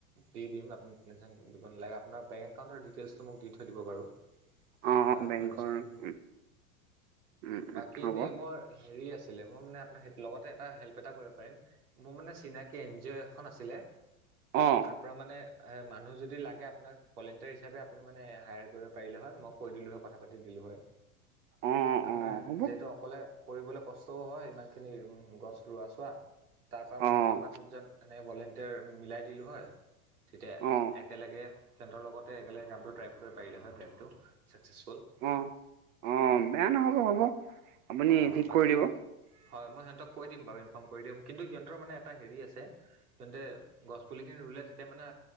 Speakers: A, on the right (about 80°); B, on the right (about 60°).
A: দি দিম আপুনি টেনশ্যন দিব নালাগে আপোনাৰ বেংক একাউণ্টৰ ডিটেইলচটো মোক দি থৈ দিব বাৰু।
B: অ',
A: কিবা
B: বেংকৰ
A: ডনেশ্যন হয়
B: উম, উম,
A: বাকী
B: উম, হ'ব
A: এনেই
B: অ',
A: মই হেৰি আছিলে মই মানে আপোনাৰ লগতে এটা হেল্প এটা কৰিব পাৰিম মোৰ মানে চিনাকি এন জি অ' এখন আছিলে, তাত
B: অ',
A: তাত তাৰ পৰা মানে মানুহ যদি লাগে আপোনাক ভলেণ্টিয়াৰ হিচাপে আপুনি মানে হায়াৰ কৰিব পাৰিলে হয়, মোক কৈ দিলোঁ হয় কথা পাতি দিলোঁ হয়,
B: অ',
A: আপোনাৰ
B: অ', হ'ব
A: যিহেতু ক'লে কৰিবলৈ কষ্টও হয় ইমানখিনি গছ ৰোৱা চোৱা। তাৰ
B: অ',
A: পৰা মই দুজন বা তিনিজন এনেক ভলেণ্টিয়াৰ মিলাই দিলোঁ হয়। তেতিয়া
B: অ',
A: একেলগে সিহঁতৰ লগতে একেলগে কামটো ট্ৰাইভ কৰিব পাৰিলে হয় ডট্ৰাইভটো ছাকচেছফুল।
B: অ' অ' বেয়া নহ'ব হ'ব আপুনি
A: অঁ
B: ঠিক
A: বাকী
B: কৰি দিব।
A: হয় মই সিহঁতক কৈ দিম বাৰু ইনফৰ্ম কৰি দিম কিন্তু সিহঁতৰ মানে এটা হেৰি আছে, সিহঁতে গছপুলিখিনি ৰুলে তেতিয়া মানে